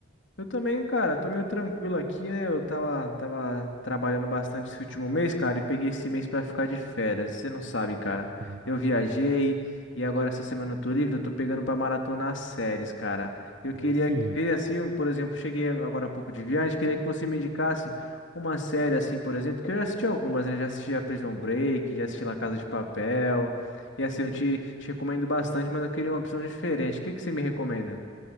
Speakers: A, on the left (about 60°); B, on the right (about 55°).
A: Eu também, cara, tô meio tranquilo aqui, né? Eu tava, tava trabalhando bastante esse último mês, cara, e peguei esse mês pra ficar de férias. Você não sabe, cara.
B: Hum,
A: Eu viajei e agora essa semana eu tô livre, eu tô pegando pra maratonar as séries, cara. Eu queria
B: Aí sim.
A: ver, assim, um- por exemplo, cheguei agora há pouco de viagem, queria que você me indicasse uma série, assim, por exemplo, que eu já assisti algumas, né? Já assisti a Prison Break, já assisti La Casa de Papel. E assim, eu te, te recomendo bastante, mas eu queria uma opção diferente. O que que você me recomenda?